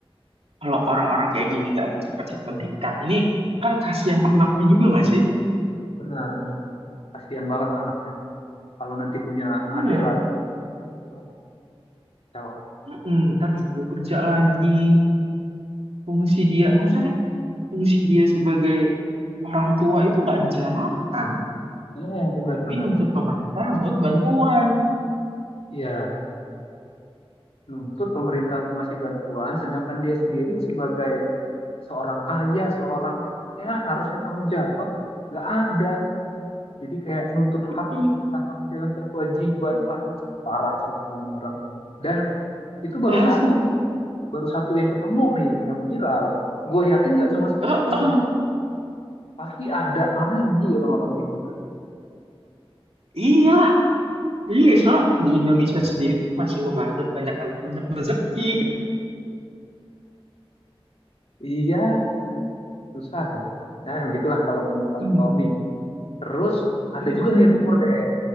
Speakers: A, on the right; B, on the left.
A: kalau orang-orang kayak gini nggak cepet-cepet dikat ini kan kasihan anaknya juga nggak sih
B: benar benar kasihan banget anaknya kalau nanti punya
A: iya
B: adik lagi wah kacau.
A: mm ntar disuruh kerja lagi fungsi dia maksudnya kan fungsi dia sebagai orang tua itu nggak dijalankan
B: iya benar
A: tapi
B: benar
A: nuntut pemerintah buat bantuan
B: iya nuntut pemerintah untuk ngasih bantuan sedangkan dia sendiri sebagai seorang ayah seorang ya harusnya tanggung jawab nggak ada jadi kayak nuntut hak
A: mm
B: tanpa menjalankan kewajiban wah parah sih kalau ini orang dan itu baru
A: asli
B: satu baru satu yang ketemu nih yang viral gue yakin nggak cuma satu
A: Heeh.
B: pasti ada lagi orang-orang kayak gitu
A: iyalah iya soalnya di Indonesia sendiri tuh masih menganut banyak anak banyak rezeki
B: Iya, susah sih. Nah, begitulah kalau ngomongin vasektomi.
A: <laughs>
B: Terus ada
A: Mm-mm.
B: juga nih rumor deh,